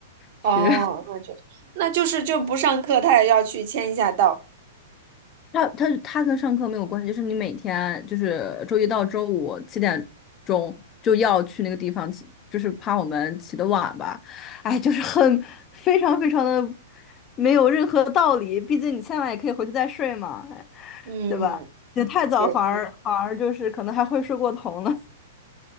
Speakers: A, on the left; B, on the right.
A: 是。
B: 哦，那确实，那就是就不上课，他也要去签一下到。
A: 他他他跟上课没有关系，就是你每天就是周一到周五七点钟就要去那个地方起，就是怕我们起得晚吧。哎，就是很非常非常的没有任何道理，毕竟你现在也可以回去再睡嘛，哎
B: 嗯，
A: 对吧？起得太早反而反而就是可能还会睡过头呢，
B: 对，